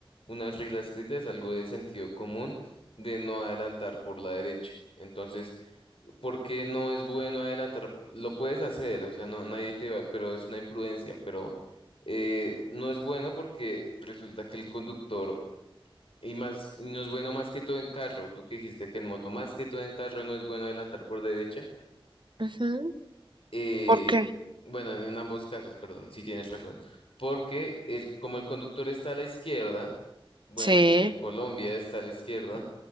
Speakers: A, on the left; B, on the right.
A: una regla escrita es algo de sentido común de no adelantar por la derecha. Entonces, ¿por qué no es bueno adelantar? Lo puedes hacer, o sea, no, nadie te va, pero es una imprudencia, pero eh, no es bueno porque resulta que el conductor, y más, y no es bueno más que todo en carro, tú que dijiste que en moto, más que todo en carro no es bueno adelantar por derecha
B: Ujú.
A: eh,
B: ¿Por qué?
A: bueno, en ambos casos, perdón, sí tienes razón. Porque el, como el conductor está a la izquierda, bueno,
B: Sí.
A: en, en Colombia está a la izquierda,